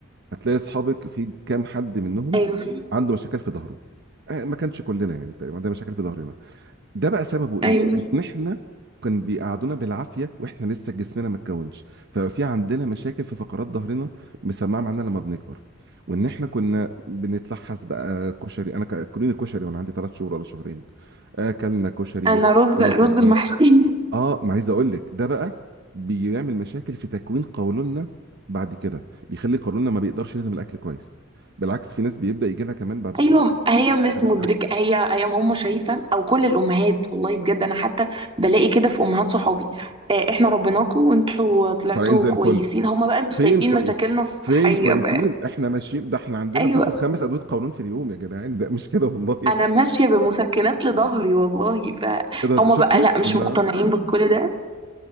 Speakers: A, on the right; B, on the right.
A: هتلاقي اصحابك في كام حد منهم
B: ايوه
A: عنده مشاكل في ظهره آه، ما كانش كلنا يعني تقريبا عندنا مشاكل في ظهرنا ده بقى سببه ايه
B: ايوه
A: ان احنا كان بيقعدونا بالعافيه واحنا لسه جسمنا ما اتكونش ففي عندنا مشاكل في فقرات ظهرنا مسمعه معانا لما بنكبر وان احنا كنا بنتلحس بقى كشري انا ك- اكلوني كشري وانا عندي ثلاث شهور ولا شهرين اكلنا كشري
B: انا
A: بيتنطط
B: رز رز المحشي <laughs>
A: اه ما عايز اقول لك ده بقى بيعمل مشاكل في تكوين قولوننا بعد كده بيخلي قولوننا ما بيقدرش يهضم الاكل كويس بالعكس في ناس بيبدا يجي لها كمان بعد الشهر
B: ايوه هي مش
A: هضم
B: مدركه
A: الاكل
B: هي هي ماما شايفه او كل الامهات والله بجد انا حتى بلاقي كده في امهات صحابي آه، احنا ربيناكوا وانتوا طلعتوا
A: طالعين زي
B: كويسين
A: الفل
B: هما بقى مش
A: فين
B: شايفين
A: كويس
B: مشاكلنا الصحيه
A: فين كويسين
B: بقى
A: احنا ماشيين ده احنا عندنا
B: أيوة.
A: بناخد خمس ادويه قولون في اليوم يا جدعان ده مش كده والله <laughs>
B: انا ماشيه بمسكنات لظهري والله فهم
A: ده شفتي
B: بقى لا مش
A: لما
B: مقتنعين بكل ده